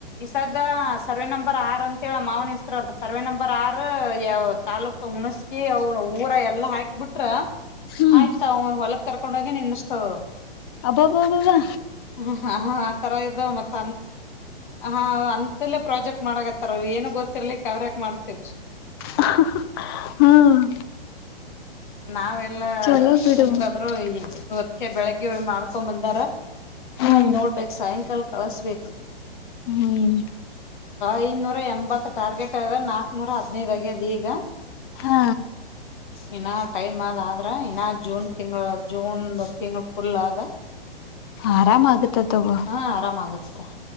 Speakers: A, on the left; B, on the left.
A: ಈಸದ್ದ ಸರ್ವೆ ನಂಬರ್ ಆರ್ ಅಂತ ಹೇಳ ಮಾವನ ಹೆಸರು ಸರ್ವೆ ನಂಬರ್ ಆರ್ ಯಾವ ತಾಲ್ಲೂಕ ಹುಣಸಗಿ ಅವನ ಊರ ಎಲ್ಲಾ ಹಾಕ್ಬಿಟ್ರ
B: ಹ್ಮ್
A: ಆಯ್ತ ಅವ ಹೊಲಗ್ ಕರ್ಕೊಂಡೋಗೆ ನಿಂದಿಸ್ತ ಅದ
B: ಅಬ್ಬಬ ಅಬವಾ
A: ಹ ಹ ಆ ತರ ಇದಾವ ಮತ್ತ ಅ ಹಾ ಅಂತಲ್ಲೇ ಪ್ರಾಜೆಕ್ಟ್ ಮಾಡಕತ್ತಾರ ಅವ ಏನು ಗೊತ್ತಿರ್ಲಿಕ್ಕೆ ಅವ್ರ್ಯಾಕ ಮಾಡ್ತಿದ್ರ
B: ಹ ಹ ಹ ಹ್ಮ್
A: ನಾವೆಲ್ಲಾ
B: ಚಲೋ ಬಿಡು
A: ಒಂದ ಈ ಅದ್ಕೆ ಬೆಳಗ್ಗೆ ಮಾಡ್ಕೊ ಬಂದಾರ
B: ಹ್ಮ್
A: ಮ್ ನೋಡ್ಬೇಕ್ ಸಾಯಂಕಾಲ ಬಳಸ್ಬೇಕು
B: ಹ್ಮ್
A: ಐನೂರ ಎಂಬತ್ತ- ಟಾರ್ಗೆಟ್ ಅದ ನಾಕ್ ನೂರು ಹದಿನೈದ್ ಆಗ್ಯದ ಈಗ
B: ಹಾ
A: ಇನ್ನ ಟೈಮ್ ಆದ್ ಆದ್ರ ಇನ್ನ ಜೂನ್ ತಿಂಗಳ ಜೂನ್ ತಿಂಗಳ ಫುಲ್ ಅದ
B: ಆರಾಮ ಆಗುತ್ತ ತಗೋ
A: ಹಾ ಆರಾಮಾಗುತ್ತೆ